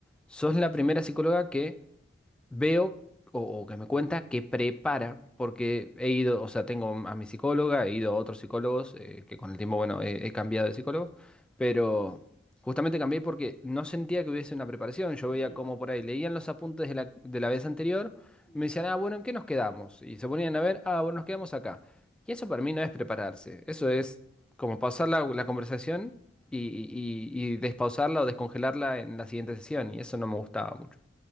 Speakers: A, in the centre; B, on the left.
A: sos la primera psicóloga que veo o, o que me cuenta que prepara, porque
B: Mm,
A: he ido, o sea, tengo a mi psicóloga, he ido a otros psicólogos, eh, que con el tiempo, bueno, he, he cambiado de psicólogo, pero justamente cambié porque no sentía que hubiese una preparación. Yo veía
B: mm,
A: como por ahí, leían los apuntes de la, de la vez anterior,
B: mm,
A: me decían, ah, bueno, ¿en qué nos quedamos? Y se ponían
B: mm, ujú.
A: a ver, ah, bueno, nos quedamos acá. Y eso para mí no es prepararse,
B: No.
A: eso es como pausar la, la conversación y, y y- y despausarla o descongelarla en la siguiente sesión, y eso no me gustaba mucho.